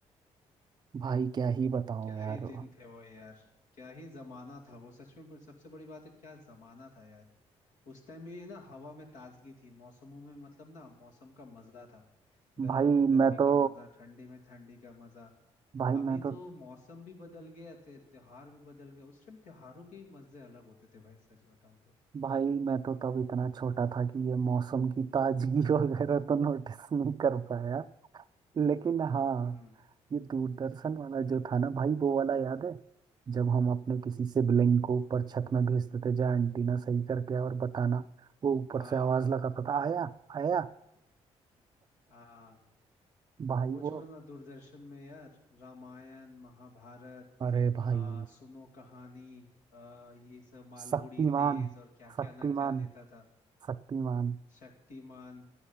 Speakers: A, on the right; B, on the left.
A: भाई क्या ही बताऊं
B: क्या ही
A: यार
B: दिन थे वो यार क्या ही जमाना था वो सच में पर सबसे बड़ी बात है क्या जमाना था यार उस टाइम भी ना हवा में ताजगी थी मौसमों में मतलब ना मौसम का मजा था गर्मी
A: भाई
B: में गर्मी
A: मैं तो
B: का मजा ठंडी में ठंडी का मजा
A: भाई
B: अभी
A: मैं तो
B: तो मौसम भी बदल गया ते, त्योहार भी बदल गए उस टाइम त्योहारों के ही मजे अलग होते थे भाई सच बताऊं तो
A: भाई मैं तो तब इतना छोटा था कि ये मौसम की ताजगी <laughs> वगैरह तो नोटिस नहीं कर पाया लेकिन हाँ
B: हम्म
A: ये दूरदर्शन वाला जो था ना भाई वो वाला याद है जब हम अपने किसी सिबलिंग को ऊपर छत में भेजते थे जा एंटीना सही करके आ और बताना वो ऊपर
B: हाँ
A: से आवाज लगाता था आया आया
B: हाँ
A: भाई
B: वो छोड़ो
A: वो
B: ना दूरदर्शन में यार रामायण महाभारत
A: अरे भाई
B: आ, सुनो कहानी आ, ये सब मालगुड़ी
A: Shaktimaan
B: डेज और क्या
A: Shaktimaan
B: क्या ना क्या देता था
A: Shaktimaan
B: शक्तिमान